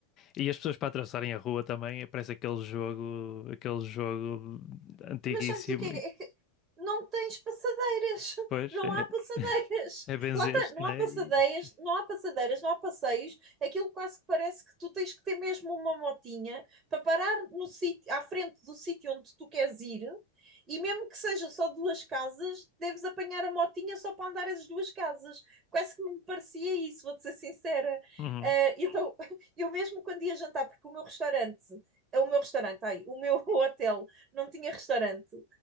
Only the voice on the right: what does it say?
Mas sabes o que é?
É que não tens passadeiras, <laughs>
não
há passadeiras.
Lá está, não
há passadeiras,
não há passadeiras, não há passeios. Aquilo quase que parece que tu tens que ter mesmo uma motinha para parar no sítio, à frente do sítio onde tu queres ir. E mesmo que seja só duas casas, deves apanhar a motinha só para andar as duas casas. Quase que me parecia isso, vou-te ser sincera.
Ah, então, <laughs> eu mesmo quando ia jantar, porque o meu restaurante, o meu restaurante, ai, o meu <laughs> hotel não tinha restaurante.